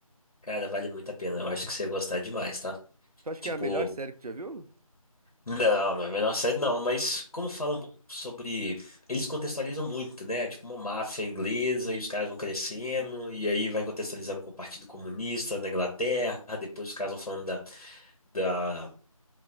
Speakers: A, on the left; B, on the right.
A: Cara, vale muito a pena. Eu acho que você ia gostar demais, tá?
B: Tu acha
A: Tipo,
B: que é a melhor série que tu já viu?
A: não, não é a menor série, não, mas como falam sobre. Eles contextualizam muito, né? Tipo, uma máfia inglesa e os caras vão crescendo, e aí vai contextualizando com o Partido Comunista na Inglaterra, depois os caras vão falando da. da